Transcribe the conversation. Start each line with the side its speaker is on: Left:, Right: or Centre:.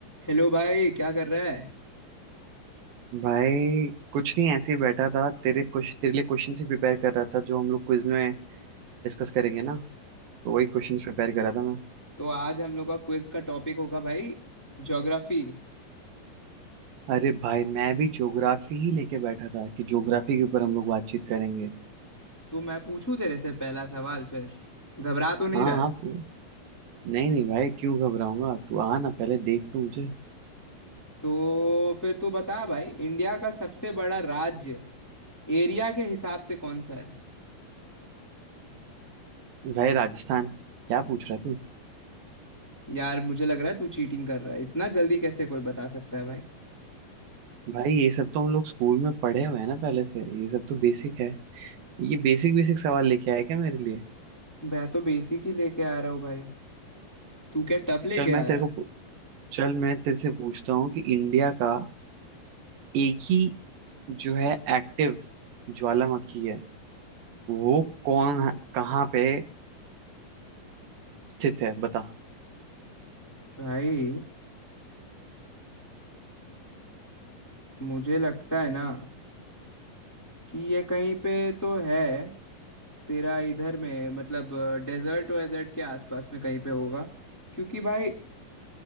Centre: हेलो भाई क्या कर रहा है
Right: भाई कुछ नहीं ऐसे ही बैठा था तेरे कुछ तेरे लिए क्वेश्चन ही प्रिपेयर कर रहा था जो हम लोग क्विज में डिस्कस करेंगे ना तो वही क्वेश्चंस प्रिपेयर कर रहा था मैं
Centre: तो आज हम लोग का क्विज का टॉपिक होगा भाई ज्योग्राफी
Right: अरे भाई मैं भी ज्योग्राफी ही लेके बैठा था कि ज्योग्राफी के ऊपर हम लोग बातचीत करेंगे
Centre: तो मैं पूछूं तेरे से पहला सवाल फिर घबरा तो नहीं
Right: हाँ
Centre: रहा
Right: हाँ
Centre: है
Right: पू- नहीं नहीं भाई क्यों घबराऊंगा तू आ ना पहले देख तो मुझे
Centre: तो फिर तू बता भाई इंडिया का सबसे बड़ा राज्य एरिया के हिसाब से कौन सा है
Right: भाई राजस्थान क्या पूछ रहा है तू
Centre: यार मुझे लग रहा है तू चीटिंग कर रहा है इतना जल्दी कैसे कोई बता सकता है भाई
Right: भाई ये सब तो हम लोग स्कूल में पढ़े हुए हैं ना पहले से ये सब तो बेसिक है ये बेसिक बेसिक सवाल लेके आया क्या मेरे लिए
Centre: मैं तो बेसिक ही लेके आ रहा हूँ भाई तू क्या टफ लेके
Right: चल
Centre: आ
Right: मैं तेरे
Centre: रहा है
Right: को पू- चल मैं तेरे से पूछता हूँ कि इंडिया का एक ही जो है एक्टिव ज्वालामुखी है वो कौन है- कहाँ पे स्थित है बता
Centre: भाई मुझे लगता है ना कि ये कहीं पे तो है तेरा इधर में मतलब डेजर्ट वेजर्ट के आसपास में कहीं पे होगा क्योंकि भाई